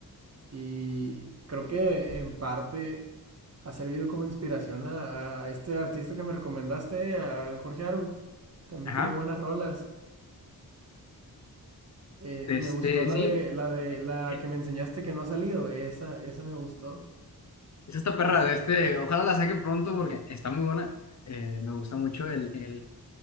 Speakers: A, on the right; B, on the left.
A: y creo que en parte ha servido como inspiración a, a este artista que me recomendaste, al Jorge Aru. También
B: Ajá.
A: tiene buenas rolas. Eh,
B: De
A: me
B: este,
A: gustó la
B: sí.
A: de la de
B: Eh,
A: la
B: eh,
A: que me enseñaste que no ha salido. Esa, esa me gustó.
B: Es esta perra de este. Ojalá la saquen pronto porque está muy buena. Eh, me gusta mucho el, el,